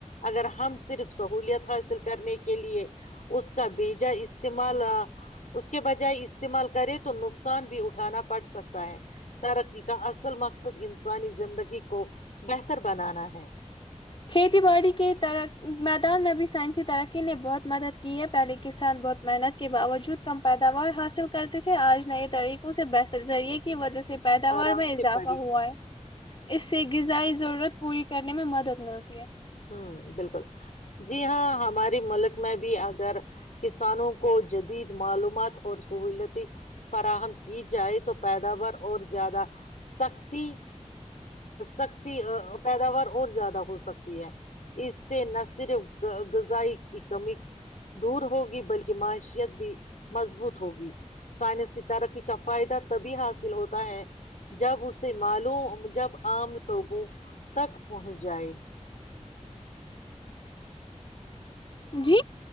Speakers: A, on the left; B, on the left.
A: اگر ہم صرف سہولت حاصل کرنے کے لیے اس کا بیجا استعمال اس کے بجائے استعمال کرے تو نقصان سان بھی اٹھانا پڑ سکتا ہے ترقی کا اصل مقصد انسانی زندگی کو بہتر بنانا ہے
B: کھیتی باڑی کےر میدان میں بھی سائنسی ترقی نے بہت مدد کی ہے پہلے کسان بہت محنت کے باوجود کم پیداوار حاصل کرتے تھے آج نئے طریقوں سے بہتر ذریعے کی وجہ سے پیداوار
A: آرام
B: میں اضافہ
A: سے پڑھیں
B: ہوا ہے اس سے غذائی ضرورت پوری کر میں مدد ہ
A: ہوں بالکل جی ہاں ہماری ملک میں بھی اگر کسانوں کو جدید معلومات اور سہولت فراہم کی جائے تو پیداوار اور زیادہ سختی سختی پیداوار اور زیادہ ہو سکتا اس سے نہ صرف غذائی کی کمی دور ہوگی بلکہ معیشیت بھی مضبوط ہوگی سائنسی ترقی کا فائدہ تبھی حاصل ہوتا ہے جب اسے مالوم جب عام لوگوں تک پہنچ جائے
B: جی